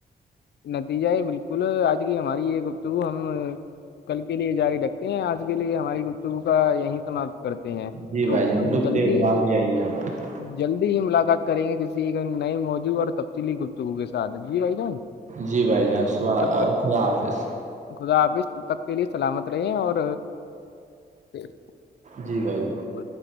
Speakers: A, on the left (about 80°); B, on the right (about 45°).
A: نتیجہ ہے بالکل آج کی ہماری یہ گفتگو ہم کل کے لیے جاری رکھتے ہیں آج کے لیے ہماری گفتگو کا یہیں سمات کرتے ہیں
B: جی
A: تو
B: بھائی
A: کم
B: جان لطف
A: جلدی
B: دلوا
A: ہی
B: بھی آئیے ہمارا
A: جلدی ہی ملاقات کریں گے کسی ایک نئے موضوع اور تفصیلی گفتگو کے ساتھ جی بھائی جان
B: جی بھائی جان صبح
A: تب تک
B: خدا حافظ
A: خدا آپ اس تب تک کے لیے سلامت رہے اور جی
B: جی بھائی
A: بالکل